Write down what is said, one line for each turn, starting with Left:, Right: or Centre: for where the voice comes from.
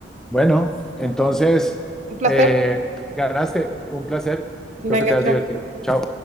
Centre: Bueno, entonces,
Right: Un placer.
Centre: eh, ganaste. Un placer. Espero
Right: Venga,
Centre: que te hayas
Right: chao.
Centre: divertido. Chao.